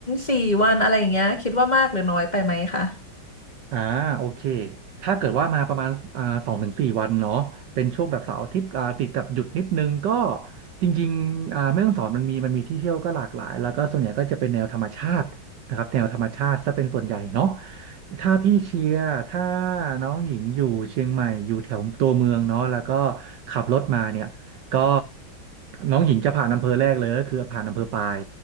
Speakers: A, on the left; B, on the right.
A: สี่วันอะไรอย่างเงี้ยคิดว่ามากหรือน้อยไปไหมคะ
B: อ่าโอเคถ้าเกิดว่ามาประมาณอ่าสองถึงสี่วันเนาะเป็นช่วงแบบเสาร์อาทิตย์อ่าติดกับหยุดนิดนึงก็จริงๆอ่าแม่ฮ่องสอนมันมีมันมีที่เที่ยวก็หลากหลายแล้วก็ส่วนใหญ่ก็จะเป็นแนวธรรมชาตินะครับแนวธรรมชาติซะเป็นส่วนใหญ่เนาะถ้าพี่เชียร์ถ้าน้องหญิงอยู่เชียงใหม่อยู่แถวตัวเมืองเนาะแล้วก็ขับรถมาเนี่ยก็น้องหญิงจะผ่านอำเภอแรกเลยก็คือผ่านอำเภอปาย